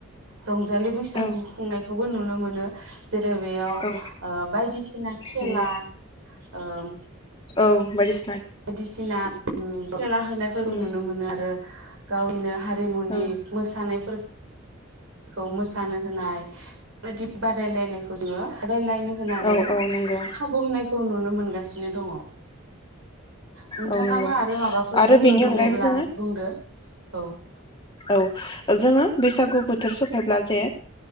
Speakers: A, on the right; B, on the left.
A: रंजालि बैसागु
B: औ
A: खुंनायखौ बो नुनो मोनो जेरै बेयाव
B: औ
A: ओ बायदिसिना खेला
B: नंगौ
A: ओम
B: औ बायदिस
A: बायदिसिना उम खेला होनायफोरखौ
B: उम
A: नुनो मोनो आरो गावनिनो हा रिमुनि
B: औ
A: मोसानायफोर खौ मोसानो होनाय बेबायदि बादायलायनायखौ जोङो रायलायनो होनानै
B: औ औ नंगौ
A: खाबु होनायखौ नुनो मोन गासिनो दङ नोंथाङाबो
B: औ नंगौ
A: आरो माबाफोर
B: आरो
A: बुंनो
B: बेनि
A: दङब्ला
B: अनगायैबो जोङो
A: बुंदो औ।
B: औ जोङो बैसागु बोथोर सफैब्ला जे